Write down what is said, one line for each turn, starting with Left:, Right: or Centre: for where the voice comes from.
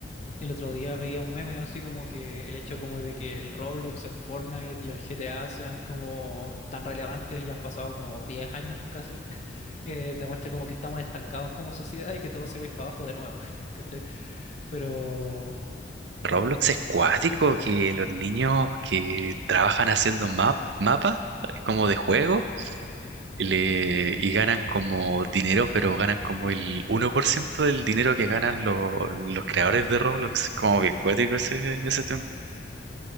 Left: El otro día veía un meme así como que el hecho como de que el Roblox, el Fortnite y el GTA sean como tan relevantes ya han pasado como 10 años casi, <laughs> eh, demuestra como que estamos estancados como sociedad y que todo se va a ir para abajo de nuevo, <laughs> ¿cachai? Pero
Right: Roblox es cuático, que los niños que trabajan haciendo map, mapas como de juego le, y ganan como dinero, pero ganan como el uno por ciento del dinero que ganan lo- los creadores de Roblox. Como bien cuático ese, ese tema.